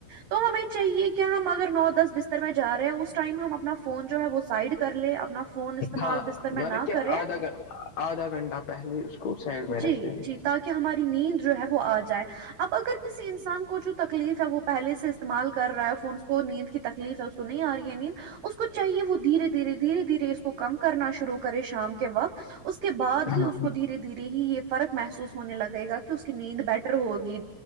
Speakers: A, on the right; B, on the left.
A: تو ہمیں چاہیے کیا ہم اگر نو دس بستر میں جا رہے ہیں اس ٹائم ہم اپنا فون جو ہے وہ سائڈ کر لے اپنا فون استعمال
B: ہاں
A: بستر
B: مطلب
A: میں نہ
B: کہ
A: کریں
B: آدھا گھ آدھا گھنٹہ پہلے کو سائڈ میں رکھتے
A: جی
B: ہیں.
A: جی تاکہ ہماری نیند جو ہے وہ آ جائے اب اگر کسی انسان کو جو تکلیف ہے وہ پہلے سے استعمال کر رہا ہے فون اس کو نیند کی تکلیف ہے اس کو نہیں آ رہی ہے نیند اس کو چاہیے وہ دھیرے دھیرے دھیرے دھیرے اس کو کم کرنا شروع کرے شام کے وقت اس کے بعد ہی
B: ہاں
A: اس کو دھیرے دھیرے ہی یہ فرق محسوس ہونے لگے گا کہ اس کی نیند بیٹر ہوگی